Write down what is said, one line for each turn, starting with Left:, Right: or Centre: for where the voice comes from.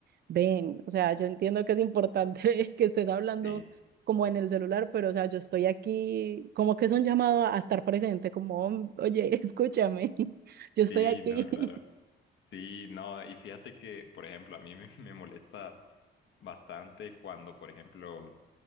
Right: Ven, o sea, yo entiendo que es importante <laughs> que estés hablando
Left: sí,
Right: como en el celular, pero o sea, yo estoy aquí, como que es un llamado a a estar presente, como, "Hom- oye, <laughs> escúchame, <laughs> yo estoy
Left: sí,
Right: aquí.
Left: no, claro.
Right: <laughs>
Left: Sí, no, y fíjate que, por ejemplo, a mí me, <laughs> me molesta bastante cuando, por ejemplo,